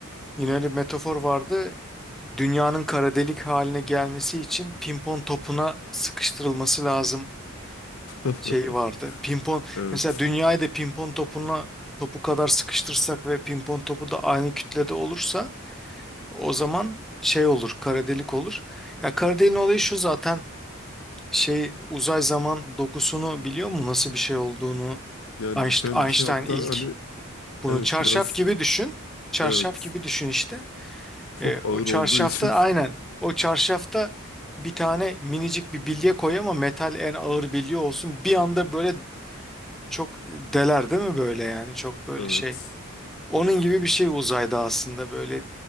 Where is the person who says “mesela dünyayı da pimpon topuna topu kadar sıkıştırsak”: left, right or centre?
Centre